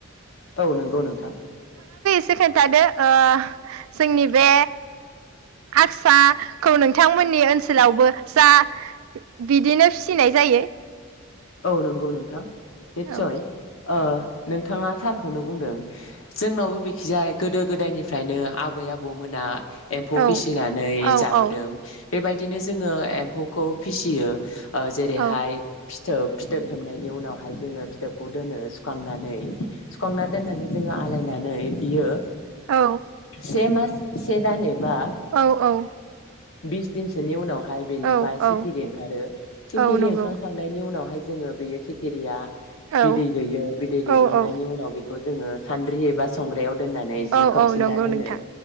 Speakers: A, on the left; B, on the right.
A: औ नंगौ नोंथां
B: से खोन्थादो ओ जोंनि बे आक्साखौ नोंथांमोननि ओनसोलावबो जा बिदिनो फिसिनाय जायो
A: औ नंगौ नोंथां निसय
B: औ
A: आ नोंथाङा थारखौनो बुंदों जोंनावबो बेखिजाया गोदो गोदायनिफ्रायनो आबै आबौमोना एम्फौ
B: औ
A: फिसिनानै
B: औ
A: जाबोदों
B: औ
A: बेबायदिनो जोङो ए एम्फौखौ फिसियो ओ जेरैहाय
B: औ
A: फिथोब फिथोब थोबनायनि उनावहाय जोङो फिथोबखौ दोनो सुखांनानै सुखांना दोननानै जोङो आलायनानै बियो
B: औ
A: से मास से दान एबा
B: औ औ
A: बिस दिन सोनि उनाव हायो बेनिफ्राय
B: औ
A: सिखिरि
B: औ
A: ओंखारो सिखिरि
B: औ नंगौ
A: ओंखार <unintelligible> उनावहाय जोङो बेयो सेकेरिया
B: औ
A: बिदै दैयो बिदै दैखांनायनि
B: औ औ
A: उनाव बे जोङो सानद्रि एबा संग्रायाव दोननानै जि
B: औ
A: खोबसिना
B: औ नंगौ
A: दोनो
B: नोंथां